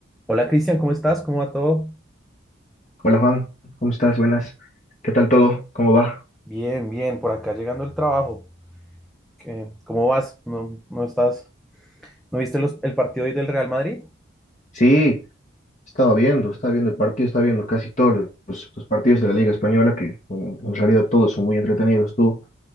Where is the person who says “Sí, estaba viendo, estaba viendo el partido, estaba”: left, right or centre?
Left